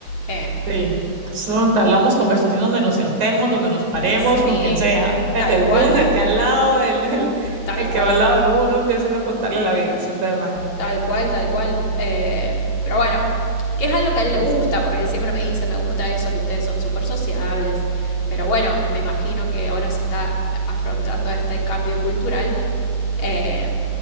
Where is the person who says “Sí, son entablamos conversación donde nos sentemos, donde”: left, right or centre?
Right